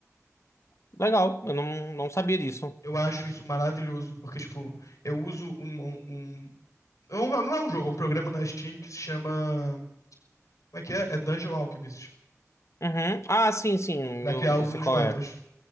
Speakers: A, on the left; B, on the left.
A: Legal, eu não, não sabia disso.
B: Eu acho isso maravilhoso, porque, tipo, eu uso um, um, um- não não é um jogo, é um programa na Steam que se chama. Como é que é? É Dungeon Alchemist.
A: Uhum. Ah, sim, sim,
B: Pra
A: eu,
B: criar alguns
A: eu sei qual
B: mapas.
A: é.